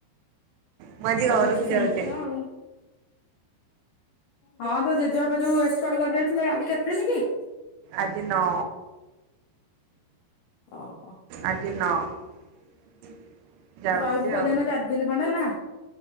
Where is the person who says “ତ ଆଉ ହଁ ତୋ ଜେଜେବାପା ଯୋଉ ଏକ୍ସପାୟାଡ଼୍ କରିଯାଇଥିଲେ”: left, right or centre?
Left